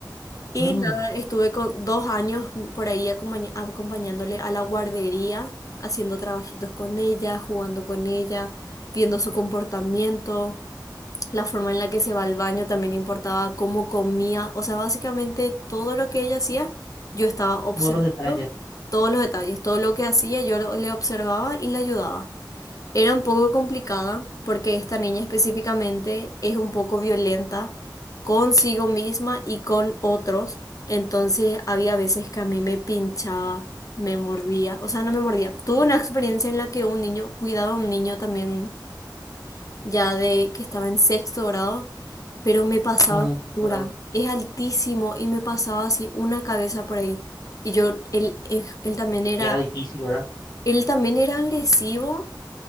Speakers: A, on the left; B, on the left.
A: y
B: Mm,
A: nada, estuve con dos años por ahí acompañ- acompañándole a la guardería, haciendo trabajitos con ella, jugando con ella, viendo su comportamiento. La forma en la que se va al baño también importaba, cómo comía, o sea, básicamente todo lo que ella hacía, yo estaba observando
B: todos los detalles.
A: todos los detalles, todo lo que hacía, yo lo- le observaba y le ayudaba. Era un poco complicada porque esta niña específicamente es un poco violenta consigo misma y con otros, entonces había veces que a mí me pinchaba, me mordía, o sea, no me mordía. Tuve una experiencia en la que un niño cuidaba a un niño también ya de que estaba en sexto grado, pero me pasaba
B: Mm,
A: la
B: sí,
A: altura,
B: claro.
A: es altísimo y me pasaba así una cabeza por ahí. Y yo, él, él, él también era,
B: Y era difícil, ¿verdad?
A: él también era agresivo